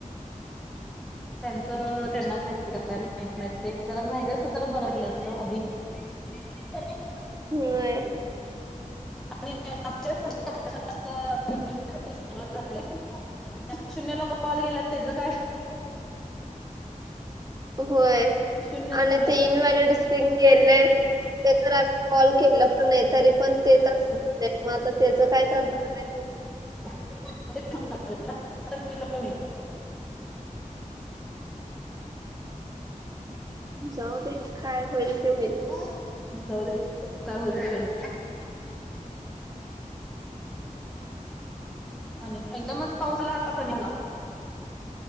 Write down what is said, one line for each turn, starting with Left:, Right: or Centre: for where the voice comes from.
Right: <inaudible>
Centre: त्यांच त्यांनाच माहिती मा जरा माहिती असत तर बरटलं असत आधी. <unintelligible>
Right: होय.
Centre: आणि आमच्या <unintelligible> शून्यला कॉल गेल्यात त्याच काय?
Right: होय
Centre: शून्यला
Right: आणि
Centre: पडल्या
Right: ते इन व्हॅलिड स्ट्रिंग गेलंय ते तर कॉल केलं पण नाही तरी पण ते तसं होतंय मग आता त्याच काय करणार आहे तुम्ही?
Centre: <unintelligible>
Right: जाऊ दे काय होईल. ते होईल
Centre: जाऊदे काय होईल ते होईल. आणि एकदमच पाऊसा आला आता कमी आला.